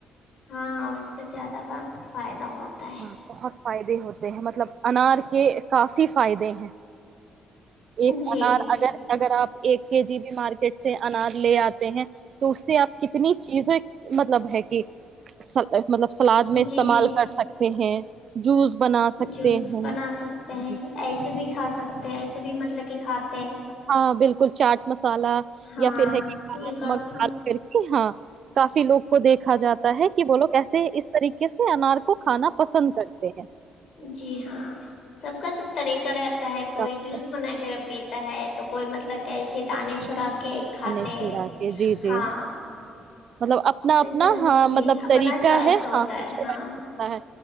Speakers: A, on the left; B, on the right.
A: ہاںاں اس سے زیادہ کا فائدہ ہوتا ہے
B: ہاں بہت فائدے ہوتے ہیں مطلب انار کے کافی فائدے ہیں ایک
A: جی
B: انار اگر اگر آپ ایک کے جی بھی مارکیٹ سے انار لے آتے ہیں <unintelligible> تو اس سے آپ کتنی چیزیں مطلب ہے کہ سل <unintelligible> مطلب سلاد میں استعمال
A: جی جی
B: کر سکتے ہیں جوس بنا سکتے
A: جوس
B: ہیں
A: بنا سکتے ہیں ایسے بھی کھا ایسے بھی مطلب کہ کھاتے ہیں
B: ہاں بالکل چاٹ م مسالہ
A: ہاں
B: یا پھر ہے کہا
A: یہ
B: نمک
A: کر کو
B: ڈال کر کے ہاں کافی لوگ کو دیکھا جاتا ہے کہ بولو کیسے اس طریقے سے انار کو کھانا پسند کرتے ہیں
A: جی ہاں سب کا سب <unintelligible> رہتا ہے کوئی
B: کھانے
A: جوس بنا کے پیٹ ہے تو کوئی مطلب کہ ایے دانے چھوڑا کے کھاتے
B: چھڑا کے جی جی
A: ہاں
B: مطلب اپنا
A: تو اسے
B: اپنا ہاں
A: جی
B: مطلب
A: اپنا
B: طریقہ
A: چوائس
B: ہے
A: ہوتا
B: ہاںتا
A: ہے ہاں
B: ہے